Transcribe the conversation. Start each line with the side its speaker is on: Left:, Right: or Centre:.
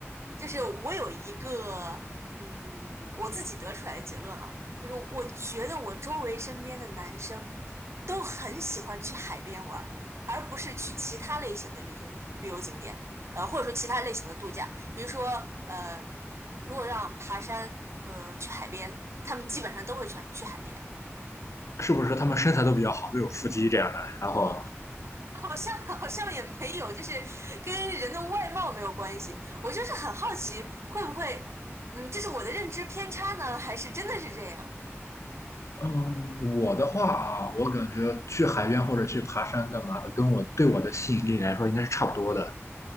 Right: 就是我有一个，嗯，我自己得出来的结论啊，就是我觉得我周围身边的男生都很喜欢去海边玩儿而不是去其他类型的旅行旅游景点，呃，或者说其他类型的度假，比如说，呃，如果让爬山和去海边，他们基本上都会选去海边。
Left: 是不是他们身材都比较好，都有腹肌这样的？然后，
Right: 好像 <laughs> 好像也没有，就是跟人的外貌没有关系。我就是很好奇，会不会，嗯，这是我的认知偏差呢，还是真的是这样？
Left: 嗯，我的话，我感觉去海边或者去爬山干嘛的，跟我对我的吸引力来说，应该是差不多的。